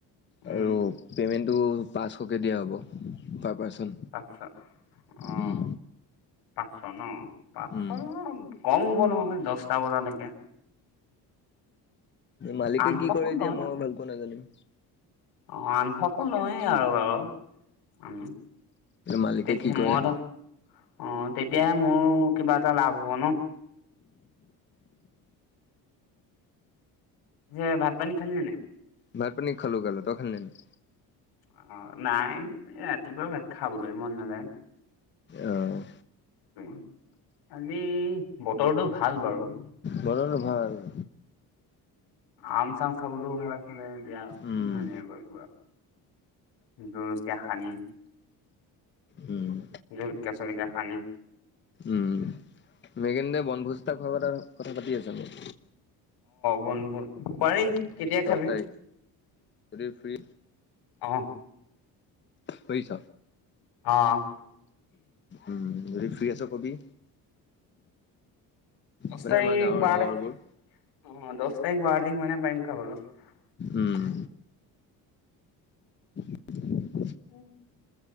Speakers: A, on the left; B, on the left.
A: উম,
B: আৰু পেমেন্টটো পাঁচশকে দিয়া হ'ব। পাৰ্চন
A: পাচচ অ।
B: উম
A: পাঁচ চ ন? পাঁচ
B: উম।
A: চ কম হ'ব নহয় দছটা বজালৈকে।
B: মালিকে
A: আঠশকো
B: কি কৰে এতিয়া
A: লয়
B: মই ভালকৈ নাজানিম।
A: অ আঠশ কৈ লৌৱে আৰু বাৰু, উম।
B: মালিকে
A: তেতিয়া
B: কি কৰে
A: মই ধৰ অ, তেতিয়াহে মোৰ কিবা টা লাভ হব ন। যে, ভাত পানী খালি নে নাই?
B: ভাত পানী খালো খালো। তই খালী নে নাই?
A: অ, নাই ৰাতিপুৱা ভাত খাবলৈ মন নাযায়।
B: আহ।
A: <inaudible> আজি বতৰটো ভাল বাৰু।
B: বতৰ তো ভাল। <inaudible>
A: আম-চাম খাবলৈও ভাল আছিলে এতিয়া <unintelligible>
B: উম
A: জলকীয়া খানি
B: উম,
A: জলকীয়া-চলকীয়া খানি
B: উম, মেগিনে বনভোজ এটা খোৱা কথা পাতি আছে মোক।
A: বন বন পাৰি কেতিয়া খাবি?
B: তাৰিখ যদি ফ্ৰী
A: অ।
B: বুজিছ
A: অঁ।
B: উম যদি ফ্ৰী আছ কবি।
A: দছ
B: মানে
A: তাৰিখ
B: আমাৰ
A: <unintelligible>
B: গাঁৱৰ
A: তাৰিখ
B: লগৰবোৰ
A: বাৰ তাৰিখ মানে পাৰিম খাবলৈ।
B: উম। <inaudible>
A: উম।